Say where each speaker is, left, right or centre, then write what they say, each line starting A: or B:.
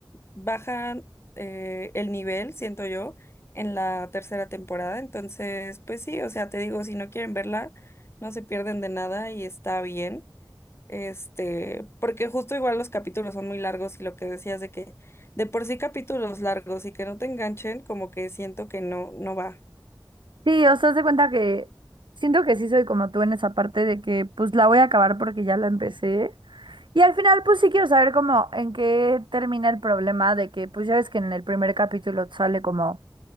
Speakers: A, on the left; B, on the right.
A: bajan eh, el nivel, siento yo, en la tercera temporada, entonces, pues sí, o sea, te digo, si no quieren verla no se pierden de nada y está bien. Este, porque justo igual los capítulos son muy largos y lo que decías de que de por sí capítulos largos y que no te enganchen, como que siento que no, no va.
B: Sí, o sea, haz de cuenta que siento que sí soy como tú en esa parte de que pues la voy a acabar porque ya la empecé. Y al final pues sí quiero saber como en qué termina el problema de que pues ya ves que en el primer capítulo sale como